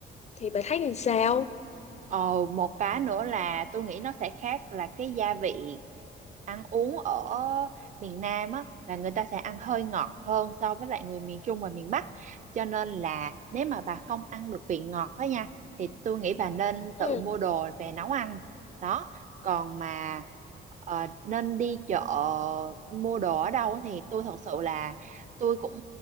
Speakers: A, on the left; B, on the right.
A: Thì bà
B: Ừ.
A: thấy như sao?
B: Ờ, một cái nữa là tôi nghĩ nó sẽ khác là cái gia vị ăn uống ở miền Nam á là người ta sẽ ăn hơi ngọt hơn so với lại người miền Trung và miền Bắc cho nên là nếu mà bà không ăn được vị ngọt đó nha thì tôi nghĩ bà nên
A: Ừ.
B: tự mua đồ về nấu ăn đó còn mà ờ, nên đi chợ mua đồ ở đâu thì tôi thật sự là tôi cũng